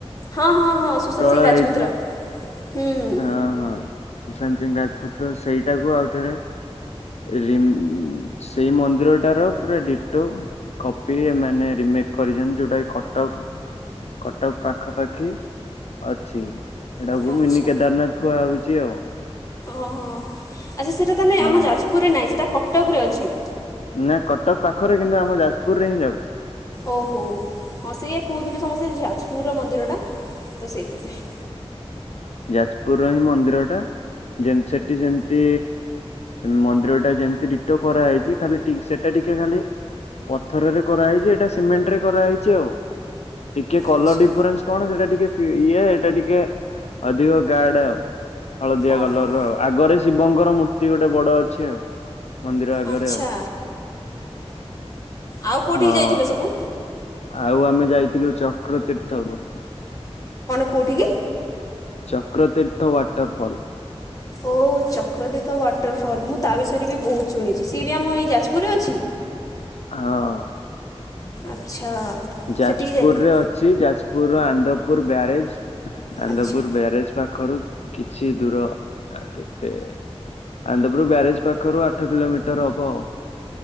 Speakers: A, on the left; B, on the left.
A: ହଁ ହଁ। ହଁ ସୁଶାନ୍ତ
B: ପ୍ରଳୟ
A: ସିଂ ରାଜପୁତ୍ର
B: ହେଇଥିଲା
A: ହୁଁ।
B: ହଁ ହଁ। ସୁଶାନ୍ତ ସିଂ ରାଜପୁତ ର ସେଇଟାକୁ ଆଉଥରେ ରିମ୍ ସେଇ ମନ୍ଦିରଟାର ପୁରା ଡିଟୋ କପି ମାନେ ରିମେକ୍ କରିଛନ୍ତି ଯୋଉଟା କି କଟକ କଟକ ପାଖାପାଖି। ଅଛି। ସେଟାକୁ
A: ଆଚ୍ଛା
B: ମିନି କେଦାରନାଥ କୁହା ହଉ ଚି ଆଉ
A: ଓହୋ ଆଚ୍ଛା ସେଇଟା ତାନେ
B: ହଁ
A: ଆମ ଯାଜପୁରରେ ନାହିଁ ସେଇଟା କଟକରେ ଅଛି।
B: ନା କଟକ ପାଖରେ କିନ୍ତୁ ଆମ ଯାଜପୁରରେ ହିଁ ଯାଉଛି।
A: ଓହୋ ହଁ ସେଇଆ କହୁଥିଲେ ସମସ୍ତେ ଯାଜ୍ ପୁର ମନ୍ଦିରଟା ତ ସେଇଥିପାଇଁ
B: ଯାଜପୁର ର ହିଁ ମନ୍ଦିର ଟା ଯେମତି ସେଠି ସେମିତି ମନ୍ଦିର ଟା ଯେମିତି ଡିଟୋ କରାହେଇଚି ଖାଲି ଟି ସେଟା ଟିକେ ଖାଲି ପଥରରେ କରାହେଇଚି ଏଇଟା ସିମେଣ୍ଟ ରେ କରାହେଇଚି ଆଉ ଟିକେ କଲର
A: ଆଚ୍ଛା
B: ଡିଫରେନ୍ସ କଣ ସେଟା ଟିକେ ଫି ଇଏ ଏଇଟା ଟିକେ ଅଧିକ ଗାଡ ଆଉ। ହଳଦିଆ
A: ଓହୋ
B: କଲର ଆଉ ଆଗରେ ଶିବଙ୍କର ମୂର୍ତ୍ତି ଗୋଟେ ବଡ ଅଛି ଆଉ ମନ୍ଦିର ଆଗରେ
A: ଆଚ୍ଛା।
B: ଆଉ
A: ଆଉ କୋଉଠିକି
B: ହଁ।
A: ଯାଇଥିଲ ସବୁ।
B: ଆଉ ଆମେ ଯାଇଥିଲୁ ଚକ୍ର ତୀର୍ଥକୁ
A: କେଉଠି କି?
B: ଚକ୍ରତୀର୍ଥ ୱାଟରଫଲ୍
A: ଓ ଚକ୍ରତୀର୍ଥ ୱାଟରଫଲ ମୁଁ ତା ବିଷୟରେ ବି ବହୁତ ଶୁଣିଛି ସିଏ ବି ଆମ ଏଇ ଯାଜପୁରରେ ଅଛି।
B: ହଁ
A: ଆଚ୍ଛା
B: ଯାଜପୁରରେ
A: ସେଠିକି ଯାଇଥିଲି
B: ଅଛି ଯାଜପୁର ର ଉଦପୁର ବ୍ୟାରେଜ୍ ଆନନ୍ଦପୁର
A: ଆଚ୍ଛା
B: ବ୍ୟାରେଜ ପା ପାଖରୁ କିଛି ଦୂର କେତେ ଆନ୍ଦପୁର ବ୍ୟାରେଜ ପାଖରୁ ଆଠ କିଲୋମିଟର ହବ ଆଉ